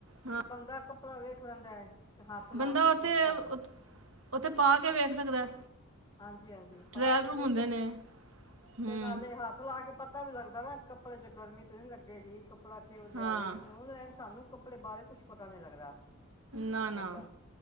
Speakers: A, on the right; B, on the left.
A: ਹਾਂ
B: ਕਿ ਬੰਦਾ ਕੱਪੜਾ ਵੇਖ ਲੈਂਦਾ ਹੈ। ਹੱਥ ਲਾ
A: ਬੰਦਾ
B: ਕੇ
A: ਉੱਥੇ
B: ਕਿਸ ਤਰ੍ਹਾਂ
A: ਉ- ਉੱਥੇ ਪਾ ਕੇ ਵੇਖ ਸਕਦਾ।
B: ਹਾਂਜੀ-ਹਾਂਜੀ ਪਾ
A: ਟਰਾਇਲ
B: ਕੇ
A: ਰੂਮ
B: ਵਿੱਚ
A: ਹੁੰਦੇ ਨੇ ਹੂੰ
B: ਤੇ ਨਾਲੇ ਹੱਥ ਲਾ ਕੇ ਪਤਾ ਵੀ ਲੱਗਦਾ, ਨਾ ਕੱਪੜੇ ਚ ਗਰਮੀ ਤੇ ਨਹੀ ਲੱਗੇਗੀ। ਕਪੜਾ ਕੇ ਹੋ
A: ਹਾਂ,
B: ਜਾਵੇ ਔਨਲਾਈਨ ਸਾਨੂੰ ਕੱਪੜੇ ਬਾਰੇ ਕੁੱਛ ਪਤਾ ਨੀ ਲੱਗਦਾ।
A: ਨਾ
B: ਮਤਲਬ
A: ਨਾ,